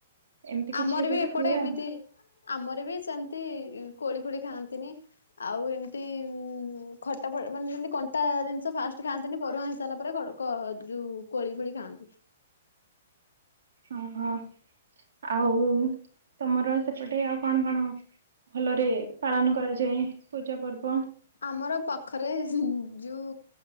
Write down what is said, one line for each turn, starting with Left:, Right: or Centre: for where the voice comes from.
Right: ଏମିତି କିଛି
Left: ଆମର ବି ଏପଟେ
Right: ହୁଏ
Left: ଏମିତି,
Right: ଆଉ
Left: ଆମର ବି ସେମିତି, କୋଳି ଫୋଳି ଖାଆନ୍ତିନି ଆଉ ଏମିତି ଖଟା ମାନେ ଯେମିତି କଣ୍ଟା ଜିନିଷ, ଫାଷ୍ଟ ଖାଆନ୍ତିନି ପରୁଆ ହେ ହଁଇସାରିଲା ରେ ଯୋଉ କୋଳି ଫୋଳି ଖାଆନ୍ତି।
Right: ଓହୋ ଆଉ ତମର ସେପଟେ, ଆଉ କଣ କଣ? ଭଲରେ ପାଳନ କରାଯାଏ। ପୂଜା ପର୍ବ
Left: ଆମର ପାଖରେ ଯୋଉ